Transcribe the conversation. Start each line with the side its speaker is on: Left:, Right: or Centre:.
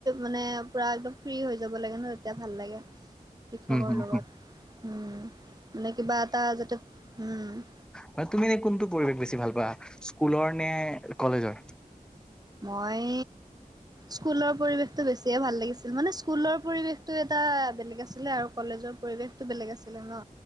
Right: মানে পুৰা একদম ফ্ৰী হৈ যাব লাগে ন তেতিয়া ভাল লাগে। শিক্ষকৰ
Centre: উম হুম
Right: লগত,
Centre: হুম
Right: উমঁ, মানে কিবা এটা যাতে উম-
Centre: হয় তুমি এনেই কোনটো পৰিৱেশ বেছি ভাল পোৱা, স্কুলৰ নে কলেজৰ?
Right: মই স্কুলৰ পৰিৱেশতটো বেছি- এতিয়া ভাল লাগিছিল মানে স্কুলৰ পৰিৱেশটো এটা বেলেগ আছিলে আৰু কলেজৰ পৰিৱেশতটো বেলেগ আছিলে ন।